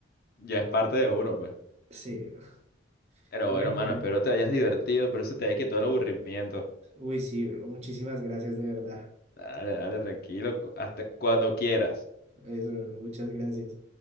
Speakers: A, on the left; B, on the right.
A: ya es parte de uno, pues.
B: Sí, bro.
A: Pero
B: Bueno,
A: bueno, mano,
B: bro.
A: espero te hayas divertido, pero eso te haya quitado el aburrimiento.
B: Uy, sí, bro. Muchísimas gracias, de verdad.
A: Dale, dale, tranquilo, cu- hasta cuando quieras.
B: Eso, bro. Muchas gracias.